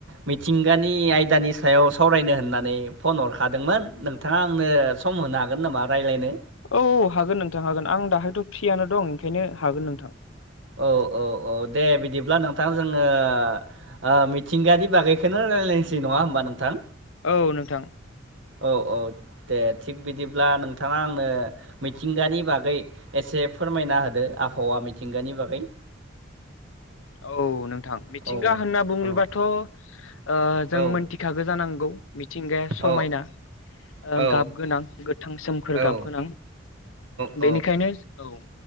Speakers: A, on the right (about 65°); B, on the left (about 75°).
A: मिथिंगानि आयदानि सायाव सावरायनो होननानै फन हरखादोंमोन नोंथाङा आंनो सम होनो हागोन नामा रायज्लायनो?
B: औ हागोन नोंथां हागोन आं दाहायथ' फ्रियानो दं ओंखायनो हागोन नोंथां।
A: औ औ औ दे बिदिब्ला नोंथां जोङो ओ मिथिंगानि बागैखौनो रायलायनोसै नङा होनोमबा नोंथां।
B: औ- नोंथां।
A: औ औ दे थिग बिदिब्ला नोंथांङा आंनो मिथिंगानि बागै एसे फोरमायना होदो आबहावा मिथिंगानि बागै
B: औ नोंथां मिथिंगा
A: औ
B: होनना बुंङोबाथ'
A: औ
B: ओ
A: औ
B: जों मोनथिखागो जानांगौ मिथिंगाया समायना
A: औ
B: ओ
A: औ
B: गाब गोनां गोथां सोमखोर
A: औ
B: गाब गोनां
A: औ
B: बेनिखायनो औ